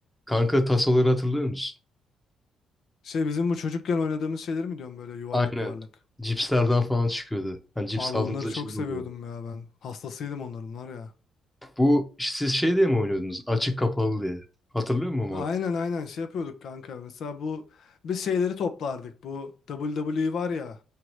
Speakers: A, in the centre; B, on the left.
A: Kanka tasoları hatırlıyor musun?
B: Şey bizim bu çocukken oynadığımız şeyleri mi diyorum böyle yuvarlak
A: Aynen.
B: yuvarlak.
A: Cipslerden falan çıkıyordu. Hani cips
B: Abi
A: aldığımızda
B: onları çok
A: içinde
B: seviyordum
A: oluyordu.
B: ya ben. Hastasıydım onların var ya.
A: Bu siz şey diye mi oynuyordunuz? Açık kapalı diye. Hatırlıyor musun
B: Aynen
A: abi?
B: aynen şey yapıyorduk kanka. Mesela bu biz şeyleri toplardık. Bu WWE var ya.